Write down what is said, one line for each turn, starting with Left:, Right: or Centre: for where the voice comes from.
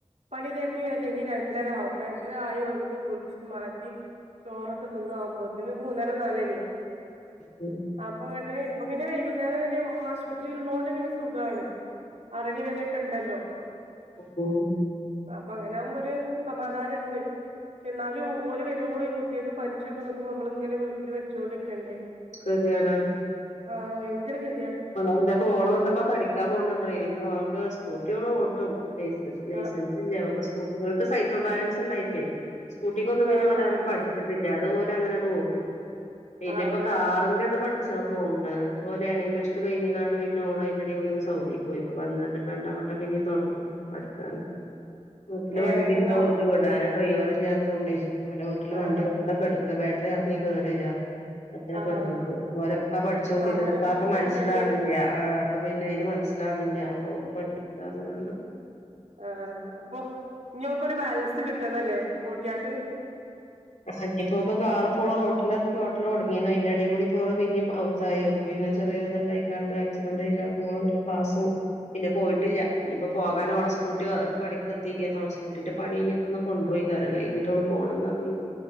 Right: പണി മതിയാ ക്കി വരണങ്കിൽ രണ്ടരാവും രണ്ടര ആയി ഒന്ന് കുളിച്ച് മാറ്റി ചോറൊക്ക തിന്നാവുമ്പോ പിന്നെ മൂന്നര നാലണിയേ
Left: ഉം
Right: അപ്പൊ ദോ ഇപ്പൊ പിന്നെ വൈകുന്നേരം വരെ ആശുപത്രി ഉള്ളോണ്ട് പിന്നെ സുഖാണ്. ആറണിവരെക്കണ്ടല്ലോ
Left: ഹോ
Right: അപ്പൊ അങ്ങനെ ആവുമ്പോരു സമാധാനുണ്ട് പക്ഷെ എന്നാലും ഓല് വരുവോളൂ ഈ കുട്ടിയൾക്ക് പനിച്ചൊക്ക ഒന്നു ഇപ്പ നമ്മളിങ്ങ വീട്ടില് വച്ചോണ്ടിക്കണ്ടേ
Left: ക്ക് <unintelligible> താണ്.
Right: ആ ഫയ്ങ്കര.
Left: എന്റെ മോളുണ്ട് ഇപ്പോ പഠിക്കാൻ പോന്ന് ഡ്രൈവിങ് അവൾക് സ്കൂട്ടി അവൾ തും ടെസ് ലൈസൻസ്
Right: ആഹ്
Left: ഇല്ല അവക്ക് സ്കൂട്ടി ഇവൾക്ക് സൈക്കിൾ ബാലൻസ് ഇണ്ടായിട്ടേ സ്കൂട്ടിക്ക് ഒന്നും പിന്നെ
Right: ആഹ്
Left: ഓലാരും
Right: ആഹ് അതാണ്
Left: പഠിച്ചിട്ടില്ലഅത് ഓല് അങ്ങനെ ഓട്ടും. പിന്നെപ്പോ
Right: ആഹ് അതാണ്
Left: കാറിന്റെത് പഠിച്ചാ പോവും. മ് പോലാണെങ്കി ഷ് ഉച്ച കഴിഞ്ഞ് കാണ്ട് പിന്നെ ഓളോയിന്റെ കൂടെ ഒന്ന് സൗദിൽ പോയിപ്പോ വന്നേര രണ്ടാവട്ടം പിന്നും തുടങ്ങിയതാ പഠിക്കാന്ന്. കോപ്പുല
Right: ഏഹ്
Left: വണ്ടി
Right: ഇണ്ടോ
Left: ഉണ്ടോക്ക് വിടാനും ഡ്രൈവർ ഇല്ലാ ത്തുണ്ടേ വല ഹോട്ടൽലും
Right: ആഹ്
Left: വണ്ടി
Right: ആഹ്
Left: നിർത്താൻ പാട് ബാറ്ററി ഇറങ്ങി കേട് വരാ. അങ്ങനെ <unintelligible>
Right: ആഹ്
Left: മലപ്പാ പഠിച്ചോ
Right: ആഹ്
Left: പിരോടപ്പക്കെ
Right: അങ്ങനെ
Left: മന
Right: വേം കേട്
Left: <unintelligible> ആഹ്.
Right: വരും
Left: അപ്പൊ പിന്നെ അതിന് മനസ്സിലാണില്ല അപ്പൊ ഓള് പഠിക്കാ പറഞ്ഞ് കണ്ട്.
Right: ആഹാ അപ്പൊ <unintelligible> ബാലൻസ് കിട്ടണല്ലേ പോട്ടിയാട്ട്.
Left: ആ ഇനിപ്പൊക്കെ കാറി പോളെ റോട്ടിലിറക്കി ഓട്ടല് തുടങ്ങിന്ന് അതിന്റെ ഇടയിൽ കൂടി പോണേ പിന്നേ <unintelligible> പിന്നെ ചെറിയ ഇണ്ടായിക്കാണ്ട് ആക്സിഡന്റ് ആയി പോവാ <unintelligible> പിന്നെ പോയിട്ടില്ല ഇയിപ്പോ പോകാനോഓടെ സ്കൂട്ടി പഠിക്കത്തിക്ക സ്കൂട്ടീന്റെ പണി കിഞ്ഞപ്പോന്ന് കൊണ്ടുപോയിക്കാരോ കഴിഞ്ഞിട്ട പോണെന്ന് പറഞ്ഞ്.